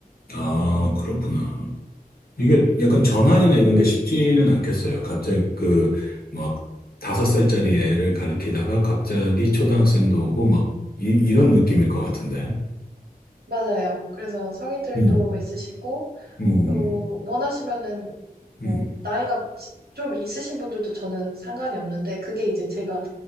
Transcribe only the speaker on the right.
맞아요. 그래서 성인들도
있으시고,
또 원하시면은,
뭐, 나이가 지- 좀 있으신 분들도 저는 상관이 없는데, 그게 이제 제가